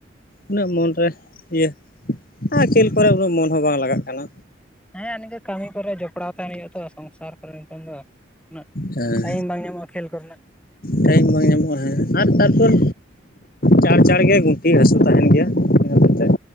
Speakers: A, on the left; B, in the centre.
A: ᱩᱱᱟᱹᱜ ᱢᱚᱱᱨᱮ ᱤᱭᱟᱹ ᱟᱨ ᱠᱷᱮᱞ ᱠᱚᱨᱮ ᱩᱱᱟᱹᱜ ᱢᱚᱱ ᱦᱚᱸ ᱵᱟᱝ ᱞᱟᱜᱟᱜ ᱠᱟᱱᱟ᱾
B: ᱦᱮᱸ ᱟᱨ ᱱᱤᱝᱠᱟᱹ ᱠᱟᱹᱢᱤ ᱠᱚᱨᱮ ᱡᱚᱯᱲᱟᱣ ᱛᱟᱦᱮᱱ ᱦᱩᱭᱩᱜ ᱟᱛᱚ ᱥᱚᱝᱥᱟᱨ ᱠᱚᱨᱮ ᱱᱤᱛᱚᱝ ᱫᱚ᱾ ᱩᱱᱟᱹᱜ
A: ᱦᱮᱸ᱾
B: ᱴᱟᱭᱤᱢ ᱵᱟᱝ ᱧᱟᱢᱚᱜᱼᱟ ᱠᱷᱮᱞ ᱠᱚᱨᱮᱱᱟᱜ
A: ᱴᱟᱭᱤᱢ ᱵᱟᱝ ᱧᱟᱢᱚᱜᱼᱟ ᱦᱮᱸ᱾ ᱟᱨ ᱛᱟᱨᱯᱚᱨ ᱪᱟᱸᱲ ᱪᱟᱸᱲᱜᱮ ᱜᱩᱱᱴᱷᱤ ᱦᱟᱹᱥᱩ ᱛᱟᱦᱮᱱ ᱜᱮᱭᱟ᱾ ᱤᱱᱟᱹ ᱠᱟᱛᱮᱫ